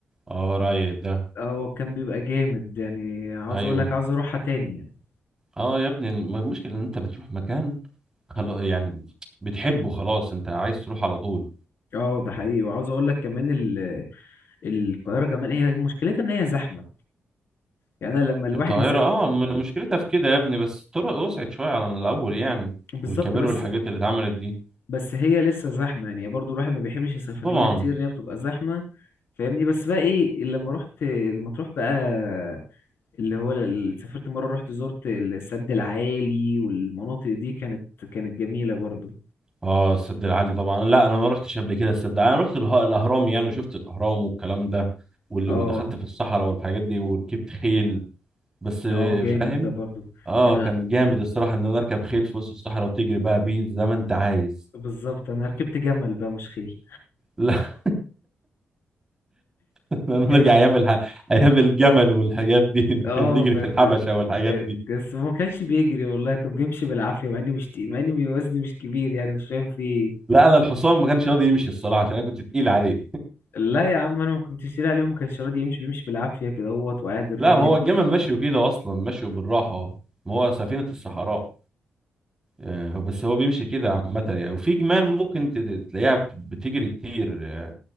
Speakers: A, on the right; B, on the left.
A: اه رايق ده
B: اه كان بيبقى جامد يعني عاوز
A: ايوه
B: اقول لك عاوز اروحها تاني يعني
A: اه يا ابني الم- المشكله ان انت بتروح مكان خلاص يعني بتحبه خلاص انت عايز تروح على طول
B: اه ده حقيقي وعاوز اقول لك كمان ال- القاهرة كمان هي مشكلتها ان هي زحمة يعني أنا لما الواحد
A: القاهرة
B: يسافر
A: اه م- مشكلتها في كده يا ابني بس الطرق وسعت شوية على من الأول يعني
B: بالظبط
A: والكباري
B: بس
A: والحاجات اللي اتعملت دي
B: بس هي لسه زحمة يعني برضو الواحد ما بيحبش يسافر
A: طبعا
B: لها كتير ان هي بتبقى زحمة فاهمني بس بقى ايه لما رحت لما تروح بقى اللي هو ال- سافرت مرة رحت زرت السد العالي والمناطق دي كانت كانت جميلة برضو
A: اه السد العالي طبعا لا انا ما رحتش قبل كده السد العالي. انا رحت اله- الاهرام يعني وشفت الاهرام والكلام ده وال-
B: اه
A: ودخلت في الصحراء والحاجات دي وركبت خيل بس آه،
B: اه جامد
A: فاهم
B: ده برضو
A: اه
B: يعني
A: كان جامد الصراحة ان انا اركب خيل في وسط الصحراء وتجري بقى بيه زي ما انت عايز
B: بالظبط انا ركبت جمل بقى مش خيل
A: <laughs> <laughs> نرجع
B: كان
A: ايام الح... ايام الجمل والحاجات دي
B: اه
A: <laughs> نجري
B: ف...
A: في الحبشه والحاجات
B: كان...
A: دي
B: بس هو ما كانش بيجري والله كان بيمشي بالعافية مع اني مش تقيل- مع اني وزني مش كبير يعني مش فاهم في ايه
A: لا انا الحصان ما كانش راضي يمشي الصراحه عشان انا كنت تقيل عليه
B: لا يا عم انا ما كنتش لاقي اليوم كان شرادي يمشي بيمشي بالعافيه كده اهوت وقاعد الراجل
A: لا هو
B: يمشي
A: الجمل ماشي كده اصلا ماشي بالراحه ما هو سفينه الصحراء آه، بس هو بيمشي كده عامه يعني وفي جمال ممكن ت- ت- تلاقيها بتجري كتير آه،